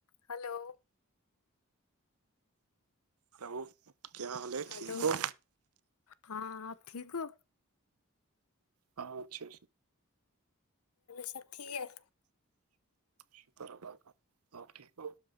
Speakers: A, on the left; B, on the right.
A: hello
B: hello کیا حال ہے
A: ہیلو
B: ٹھیک ہو
A: ہاں آپ ٹھیک ہو
B: ہاں اچھ ا
A: ھا ٹھیک
B: شکر اللہ کا آپ ٹھیک ہو